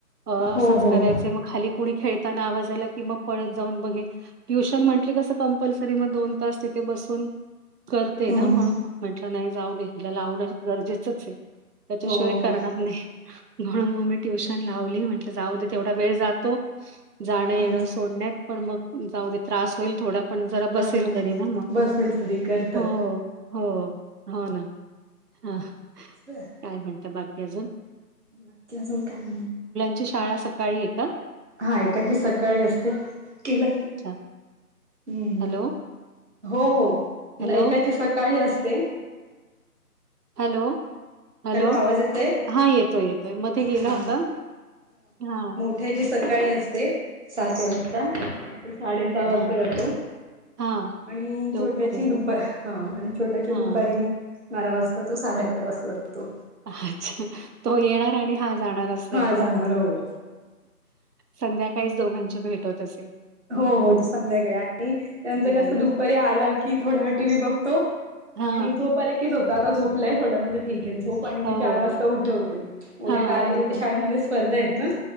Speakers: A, on the right; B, on the right.
A: अ
B: हो
A: असंच
B: हो
A: करायचं मग खाली कुणी खेळताना आवाज आला कि मग पळत जाऊन बघे. ट्युशन म्हटली कसं कंपल्सरी मग, दोन तास तिथे बसून करते
B: हम्म
A: ना म्हणून म्हटलं नाही जाऊ दे. तिला लावण गरजेचंच आहे. त्याच्याशिवाय
B: हो हो
A: करणार नाही. म्हणून, मग मी ट्युशन लावली म्हटल जाऊ दे. तेवढा वेळ जातो. जाणं-येण
B: अच्छा
A: सोडण्यात पण मग जाऊदे त्रास होईल थोडा पण जरा
B: चालेल
A: बसेल तरी ना मग
B: बसेल तरी करतात
A: हो हो हो ना. हा काय
B: बर
A: म्हणता बाकी अजून,
B: बाकी अजून काय
A: ची शाळा सकाळी येतात
B: हा एकाची सकाळी असते केला
A: अच्छा.
B: हम्
A: हॅलो,
B: हो हो
A: हॅलो,
B: एकाची सकाळी असते
A: हॅलो हॅलो
B: आवाज येतोय
A: हा येतोय येतोय मध्ये गेला
B: हा
A: होता हा
B: मोठ्याची सकाळी असते सात वाजता तर साडे सहा वाजता
A: हां,
B: जातो
A: हां.
B: आणि
A: लवकर
B: छोट्याची
A: आहे.
B: दुपारी ह आणि छोट्याची
A: हां,
B: दुपारी बारा वाजता तू साडे अकरा वाजता ज तो
A: अच्छा तो येणार आणि हा जाणार असय
B: हा जाणार हो
A: संध्याकाळीच दोघांची भेट होत असे
B: हो हो संध्याकाळी आणि त्यांचं कसं
A: आले.
B: दुपारी्या आला की थोडा वेळ टी मी बघतो
A: हां,
B: आणि झोपा आले की झोपत आता झोपलंय थोडं म्हणजे ठीक आहे झोप आणि मग
A: हो.
B: चार वाजता उठवते उद्या
A: हां,
B: कार्य
A: बरोबर.
B: उद्या शाळेमध्ये स्पर्धा आहेत ना